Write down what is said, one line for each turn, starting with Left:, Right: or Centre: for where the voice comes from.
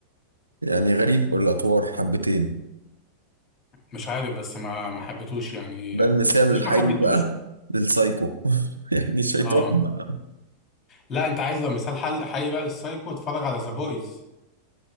Right: يعني غريب الأطوار حبتين
Left: مش عارف بس ما ما حبيتوش يعني
Right: ده المثال
Left: مش
Right: الحقيقي
Left: ما حبيتوش
Right: بقى للسايكو <laughs> يعني الشيطان
Left: اه
Right: بقى
Left: لا انت عايز لو مثال حل حي بقى للسايكو اتفرج على ذا بويز